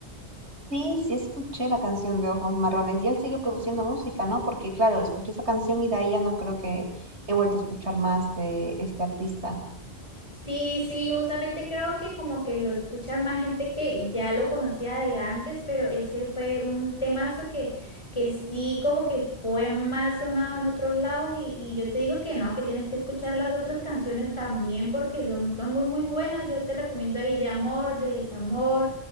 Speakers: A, on the right; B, on the left.
A: Sí, sí escuché la canción de Ojos Marrones y él sigue produciendo música, ¿no? Porque claro, escuché esa canción y de ahí ya no creo que he vuelto a escuchar más de este artista.
B: Sí, sí, justamente creo que como que lo escucha más gente que ya lo conocía de antes, pero ese fue un temazo que, que sí como que fue más sonado en otros lados y, y yo te digo que no, que tienes que escuchar las otras canciones también porque son, son muy muy buenas, yo te recomiendo ahí de amor, de desamor,